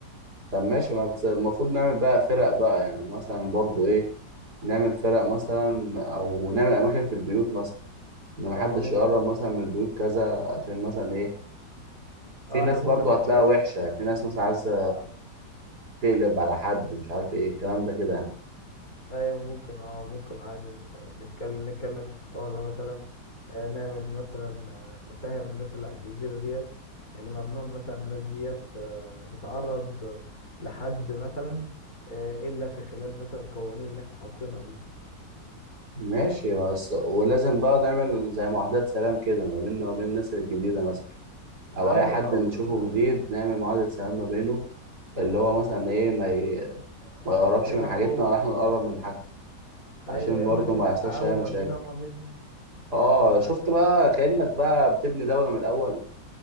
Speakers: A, on the right; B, on the left.
A: طب ماشي ما تس- المفروض نعمل بقى فرق بقى يعني مثلا برضو ايه نعمل فرق مثلا او نعمل اماكن في البيوت مثلا ان محدش
B: اه ممكن
A: يقرب مثلا من بيوت كذا عشان مثلا ايه في
B: اه
A: ناس
B: احنا ممكن
A: برضو
B: نعمل
A: هتلاقيها
B: حاجه
A: وحشة
B: زي كده
A: في ناس مثلا عايزة
B: آه.
A: تقلب على حد مش عارف ايه الكلام ده كده يعني
B: ايوه ممكن اه ممكن عادي نتكلم نتكلم في الحوار ده مثلا آه، نعمل مثلا آه، نفهم الناس اللي على الجزيرة ديت ان ممنوع مثلا الناس ديت آه، تتعرض آه، لحد مثلا آه، الا في خلال مثلا القوانين اللي احنا حاطينها دي
A: ماشي بس ولازم بقى نعمل زي معاهدات سلام كده ما بيننا وبين الناس الجديدة مثلا أو
B: ايوه
A: أي حد
B: او
A: نشوفه
B: مثلا
A: جديد نعمل معاهدة سلام ما بينه اللي هو مثلا إيه ما, ي... ما يقربش
B: مع- هي
A: من
B: معروف
A: حاجتنا ولا إحنا نقرب من حاجته عشان
B: ايوه يا
A: برضه
B: اما نعمل
A: ما يحصلش
B: تعاون
A: أي مشاكل
B: ما بيننا وما بينهم
A: آه
B: يا اما
A: شفت
B: يحصل
A: بقى كأنك بقى بتبني دولة من الأول